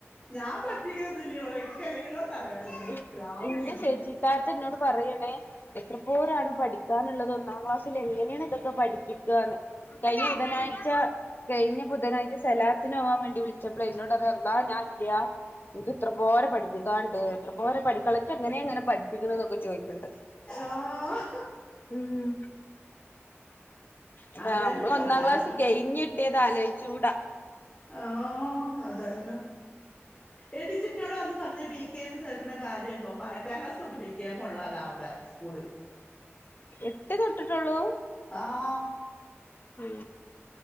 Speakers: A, on the left (about 25°); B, on the left (about 45°).
A: ഞാൻ പഠിപ്പിക്കലൊന്നുംല്ല ഇവിടെ ഇക്ക് അല്ലെങ്കിലോ തലവേദന
B: ഇ
A: പ്രാന്ത്
B: ഇന്റെ
A: പിടിച്ചിട്ട്
B: സജിത്താത്ത ഇന്നോട് പറയ്യാണേ എത്ര പോരാണ് പഠിക്കാനുള്ളത് ഒന്നാം ക്ലാസ്സിൽ എങ്ങനെയാണ് ഇതൊക് പഠിപ്പിക്കന്ന് കഴി ബുധനാഴ്ച കഴിഞ്ഞ ബുധനാഴ്ച സലാത്തിന് പോകൻ വേണ്ടി വിളിച്ചപ്പോ എന്നോട്റല്ലാ ഞാൻല്ലയാ എനിക്ക് ഇത്ര പോരെ പഠിപ്പിക്കാണ്ട് എത്ര പോ പഠിക്കളൊക്കെ എങ്ങനെയ എങ്ങനെ പഠിപ്പിക്കണ എന്നൊക്കെ ചോദിക്കണ്ട്
A: ആഹ്
B: ഉം ഉ
A: അതന്നെ
B: അ നമ്മള്
A: പറഞ്ഞത്
B: ഒന്നാം ക്ലാസ് കഴിഞ്ഞിട്ടിയത് ആലോചിച്ചൂടാ
A: ആ അതന്നെ എഡിജിനോട് വന്ന് പറഞ്ഞ പ ചേർക്ക കാര്യം എത്താം ക്ലാസ് തൊട്ട് പിിക്കുക ഉള്ളാലോ അവിടെ സ്കൂള്
B: എട്ട് തട്ടിട്ടുള്ളൂ
A: ആഹ്
B: ഉ